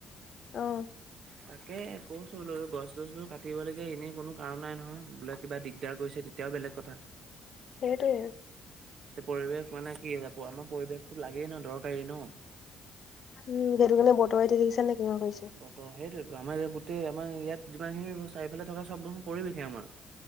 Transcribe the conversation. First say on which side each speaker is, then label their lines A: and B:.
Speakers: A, on the left (about 55°); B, on the right (about 65°).
A: অ'
B: <unintelligible> তাকে কইছো বোলো গছ চছবোৰ কাটিবলগীয়া এনেই কোনো কাৰণ নাই নহয় বোলে কিবা দিগদাৰ কৰিছে তেতি য়া বেলেগ কথা।
A: সেইটোৱে।
B: পৰিৱেশ মানে কি আমাৰ পৰিৱেশতো লাগেই ন দৰকাৰী ন।
A: উম সেইটো কাৰণে বতৰে দেখিছা নে কেনেকুৱা কৰিছে।
B: ত' সেইটোৱেটো আমাৰ ই গোটেই আমাৰ ইয়াত যিমানখিনি চাৰিফালে থকা চব পৰিৱেশে আমাৰ।